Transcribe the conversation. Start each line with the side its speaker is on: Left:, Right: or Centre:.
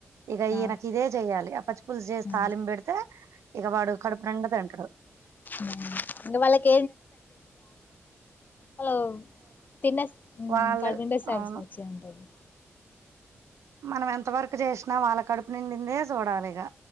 Right: ఇగ
Left: ఆ
Right: ఈయనకి ఇదే చెయ్యాలి ఆ పచ్చి పులుసు చేస్
Left: మ్
Right: తాలిం పెడితే ఇగ వాడు కడుపు నిండ తింటడు.
Left: మ్ ఇంగ వాళ్ళకి హలో తిన్న హ్మ్
Right: వాళ్ళు
Left: కడుపు నిండా సాటిస్ఫాక్షనే
Right: అవును
Left: ఉంటది.
Right: మనం ఎంత వరకు చేసినా వాళ్ళ కడుపు నిండిందే చూడాలిగా